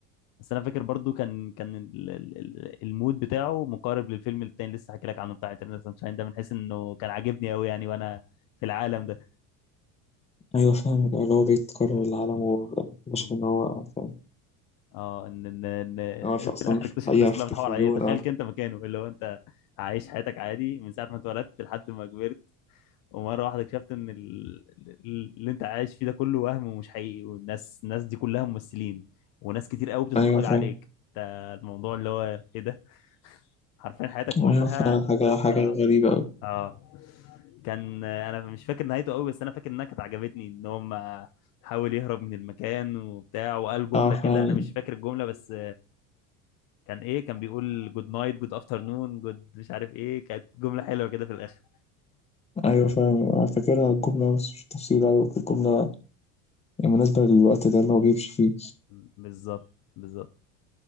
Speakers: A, on the left; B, on the left.
A: بس انا فاكر برضو كان كان ال- ال- ال- المود بتاعه مقارب للفيلم التاني لسه حكي لك عنه بتاع انترنال سانشاين ده من حيث انه كان عاجبني قوي يعني وانا في العالم ده
B: ايوه فاهم بقى اللي هو بيتكرر العالم وبشر
A: مم.
B: ان هو فاهم
A: اه ان ان ان
B: هو مش-
A: في
B: اصلا
A: الاخر
B: مش
A: اكتشف
B: في الحقيقه
A: الناس كلها
B: في التلفزيون
A: بتحور عليه تخيل
B: اه
A: كنت مكانه اللي هو انت عايش حياتك عادي من ساعه ما اتولدت لحد ما كبرت ومره واحده اكتشفت ان ال- ال- اللي انت عايش فيه ده كله وهم ومش حقيقي والناس الناس دي كلها ممثلين وناس كتير قوي بتتفرج
B: ايوه فاهم
A: عليك انت الموضوع اللي هو ايه ده حرفيا حياتك
B: ايوه
A: كلها
B: فعلا حاجه حاجه
A: موضع
B: غريبه أوي
A: اه كان انا مش فاكر نهايته قوي بس انا فاكر انها كانت عجبتني ان هم حاول يهرب من المكان وبتاع وقال جمله
B: اه فعلا
A: كده انا مش فاكر الجمله بس كان ايه كان بيقول جود نايت جود افترنون جود مش عارف ايه كانت جمله حلوه كده في الاخر
B: ايوه فاهم أنا فاكرها الجمله بس مش تفصيل ايوه الجمله
A: م-
B: يعني مناسبه للوقت ده اللي هو بيمشي فيه
A: م- بالظبط بالظبط